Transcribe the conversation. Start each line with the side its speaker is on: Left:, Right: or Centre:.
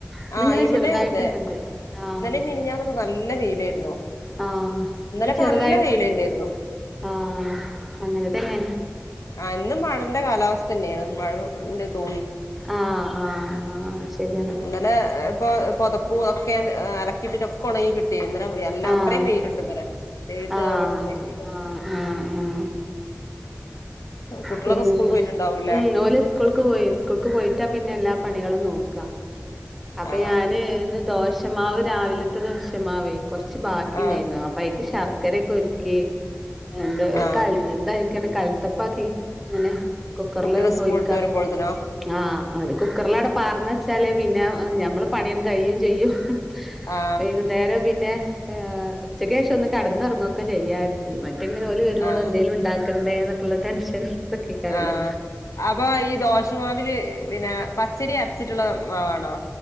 Centre: ഇന്ന്
Left: ആഹ്
Centre: ഇങ്ങനെ
Left: ഇവിടെ
Centre: ചെറ്തായിട്ടൊക്കെണ്ട്
Left: അതെ
Centre: ആഹ്
Left: ഇന്നലെ മിനിഞ്ഞാന്നൊക്കെ നല്ല വെയിലായിരുന്നു
Centre: ആഹ്
Left: ഇന്നലൊക്കെ
Centre: ഇത് ചെറുതായി
Left: നല്ല വെയിലന്നെയായിരുന്നു
Centre: ആഹ് അങ്ങനെ തന്നെ
Left: ആഹ് ഇന്ന് മഴന്റെ കാലാവസ്ഥന്ന്യാണ് മഴ ഇണ്ട്ന്ന് തോന്ന്
Centre: ആഹ് ആഹ് അത് ശെര്യാണ്
Left: ഇന്നലെ ഇപ്പൊ പൊതപ്പും ഒക്കെ ഏ അലക്കിയിട്ടിട്ടൊക്കെ ഒണങ്ങി കിട്ടീനി ഇന്നലെ എല്ല
Centre: ആഹ്
Left: അത്രേ വെയില്ണ്ട് ഇന്നലെ <unintelligible>
Centre: ആഹ് ആഹ് ആഹ്
Left: കുട്ടികളൊക്കെ
Centre: പിന്നെ
Left: സ്കൂൾ പോയിട്ടുണ്ടാവൂലേ
Centre: ഉം ഓല് സ്കൂൾക്ക് പോയിട്ട പിന്നെ സ്കൂൾക്ക് പോയിട്ട പിന്നെ എല്ലാ പണികളും നോക്കാ അപ്പൊ
Left: ആ
Centre: ഞാന് ഇന്ന് ദോശമാവ് രാവിലത്തെ ദോശമാവേ കൊറച്ച് ബാക്കിണ്ടായിരുന്ന
Left: ആ
Centre: പ്പയിക്ക് ശർക്കരയൊക്കെ ഉര്ക്കി എന്താ
Left: ആ
Centre: ഒരു കൽ എന്തയിക്കാണ്ട് കൽത്തപ്പാക്കി ഇങ്ങനെ കുക്കറില്
Left: കുട്ടികൾ
Centre: ഒഴിക്ക
Left: <unintelligible>
Centre: ആഹ് അത് കുക്കറിലാണ്ട് പാർന്നെച്ചാല് പിന്നെ ഞമ്മളെ പണിയാണ്ട് കയ്യും ചെയ്യും
Left: ആ
Centre: വൈകുന്നേരം പിന്നെ ഏ ഉച്ചക്കേഷം ഒന്ന് കെടന്നൊറങ്ങൊക്കെ ചെയ്യാര്ത് മറ്റെങ്ങനെ ഓല് വെരോളം
Left: ആ
Centre: എന്തേലും ഇണ്ടാക്കണ്ടേ എന്നൊക്കെള്ള ടെൻഷൻ ഇതൊക്കെക്കാരല്ലോ
Left: ആഹ് അപ്പൊ ഈ ദോശമാവില് പിന്നെ പച്ചരി അരച്ചിട്ട്ള്ള മാവാണോ